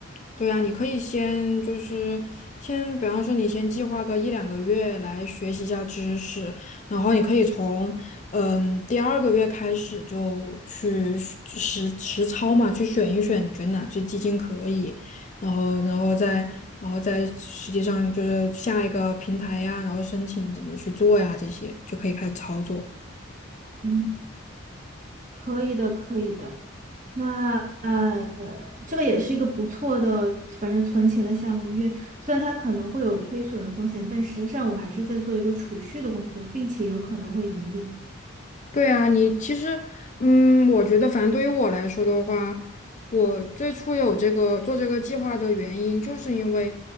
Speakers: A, on the left; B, on the right.
A: 对啊，你可以先就是先，比方说你先计划个一两个月来学习一下知识，然后你可以从嗯第二个月开始就去实实操嘛，去选一选你觉得哪只基金可以，然后然后再然后再实际上就是下一个平台呀，然后申请怎么去做呀，这些就可以开始操作。
B: 嗯，可以的，可以的。那呃，这个也是一个不错的，反正存钱的项目，因为虽然它可能会有亏损的风险，但实际上我还是在做一个储蓄的工作，并且有可能会盈利。
A: 对啊，你其实，嗯，我觉得反正对于我来说的话，我最初有这个做这个计划的原因，就是因为